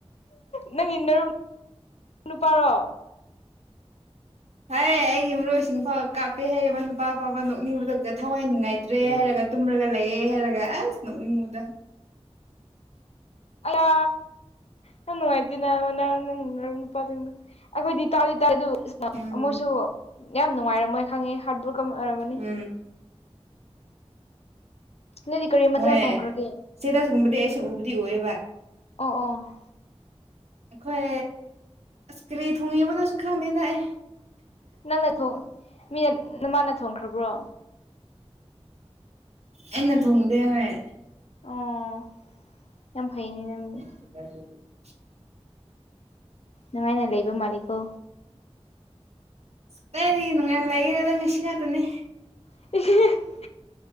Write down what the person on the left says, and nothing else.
ꯅꯪꯒꯤ ꯅꯔꯨꯞ ꯅꯨꯄꯥꯔꯣ
ꯑꯌꯥ ꯌꯥꯝ ꯅꯨꯡꯉꯥꯏꯇꯦꯅ ꯅꯪ ꯅꯨꯄꯥꯖꯤꯡꯗꯨ ꯑꯩꯈꯣꯏꯗꯤ ꯇꯥꯗꯤ ꯇꯥꯏ ꯑꯗꯨ
ꯃꯣꯏꯁꯨ ꯌꯥꯝ ꯅꯨꯡꯉꯥꯏꯔꯝꯃꯣꯏ ꯈꯪꯉꯦ ꯍꯥ꯭ꯔꯠ ꯕ꯭ꯔꯣꯀꯟ ꯑꯣꯏꯔꯝꯃꯅꯤ
ꯅꯣꯏꯗꯤ ꯀꯔꯤ ꯃꯊꯦꯜ
ꯊꯣꯡꯈ꯭ꯔꯒꯦ
ꯑꯣ ꯑꯣ
ꯅꯪ ꯃꯤꯅꯠ ꯅꯃꯥꯟꯅ ꯊꯣꯡꯈ꯭ꯔꯕ꯭ꯔꯣ
ꯑꯣ ꯌꯥꯝ ꯐꯩꯅꯤꯅꯗꯤ
ꯅꯨꯡꯃꯥꯏꯅ ꯂꯩꯕ ꯃꯥꯂꯤꯛꯀꯣ
<unintelligible>